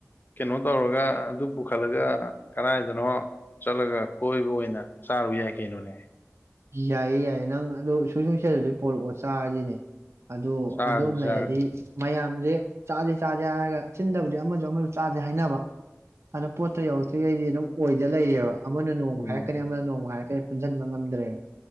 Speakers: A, on the left; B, on the right.
A: ꯀꯩꯅꯣ ꯇꯧꯔꯒ ꯑꯗꯨ ꯄꯨꯈꯠꯂꯒ ꯀꯗꯥꯥꯏꯗꯅꯣ ꯆꯠꯂꯒ ꯀꯣꯏꯕ ꯑꯣꯏꯅ ꯆꯥꯔꯨ ꯌꯥꯏ ꯀꯩꯅꯣꯅꯦ
B: ꯌꯥꯏꯑ ꯌꯥꯏꯌꯦ ꯅꯪ ꯑꯗꯨ ꯁꯨꯡꯁꯣꯏ ꯁꯣꯏ ꯑꯗꯨꯗꯩ ꯄꯣꯔꯛꯑꯣ ꯆꯥꯔꯁꯤꯅꯦ ꯑꯗꯨ
A: ꯆꯥꯔꯁꯤ
B: ꯑꯗꯨꯝ
A: ꯆꯥꯔꯁꯤ
B: ꯂꯩꯔꯗꯤ ꯃꯌꯥꯝ ꯆꯥꯁꯦ ꯆꯥꯁꯦ ꯍꯥꯏꯔꯒ ꯆꯤꯟꯗꯕꯨꯗꯤ ꯑꯃꯁꯨ ꯑꯃꯁꯨ ꯆꯥꯁꯦ ꯍꯥꯏꯅꯕ ꯑꯗꯣ ꯄꯣꯠꯇꯇꯣ ꯌꯧꯔꯛꯇ꯭ꯔꯤꯉꯩꯗꯤ ꯑꯗꯨꯝ ꯑꯣꯏꯗ ꯂꯩꯔꯦꯕ ꯑꯃꯅ ꯅꯣꯡꯃ
A: ꯎꯝ
B: ꯍꯥꯏꯔꯛꯀꯅꯤ ꯑꯃꯅ ꯅꯣꯡꯃ ꯍꯥꯏꯔꯛꯀꯅꯤ ꯄꯨꯟꯁꯤꯟꯕ ꯉꯝꯗ꯭ꯔꯦꯕ